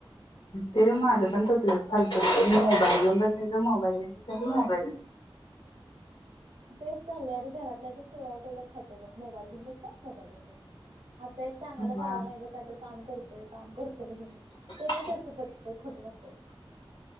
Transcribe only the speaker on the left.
ते माझं पण तसल फालतू मोबाईल घेऊन बसायचं मोबाईल घेऊन बसायच. मोबाईल <inaudible>
जरा
<unintelligible>